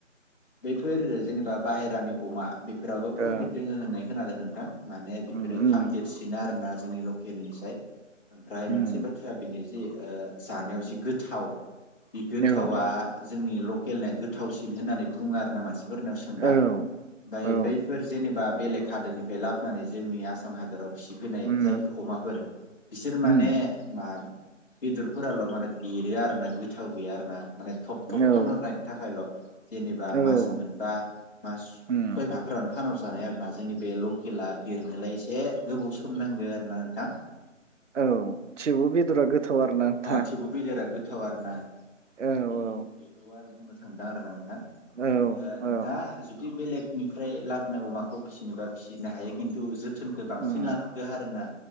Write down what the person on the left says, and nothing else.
बैफोर जेनेबा बाहेरानि अमा बेफ फोरावबो प्रफिट
दोङो होननाय खोनादो नों माने बेफोरो
थाब देरसिन आरो ना? जोंनि लकेलनिसाय ओमफ्राय
मोनसे बाथ्रा बिनि जि ओ जानायाव जि गोथाव उम
थावा जोंनि लकेलनिया गोथावसिन होननानै बुङो आर ना मानसि फोरनाव सोंबा
ओमफाय
बैफोर जेनेबा बेलेग खादोनिफ्राय लाबनानै जोंनि आसाम हादोराव फिसिफैनाय
जायफोर अमाफोर बिसोर माने
मा बेदरफोराल' माने देरो आरो ना गोथाव गैया आरोन माने थब थब
फानहरनायनि थाखायल' जेनेबा
मास मोनबा मास
सय माहाफोराव फानहर जानाय आरोना जोंनि बे लकेला देरनोलाय एसे गोबाव सम नांगो आरोना नोंथां?
अ थिबु बेदे रा गोथाव आरोना।
बे
बेखौ आरो बुंनो थांदां आरो नोंथां।
नोंथांङा जुदि बेलेग निफ्राय लाबोनाय अमाखौ फिसिनोबा फिसिनो हायो खिन्थु जोथो जोथोनखौ बांसिन
लानांगो आरोना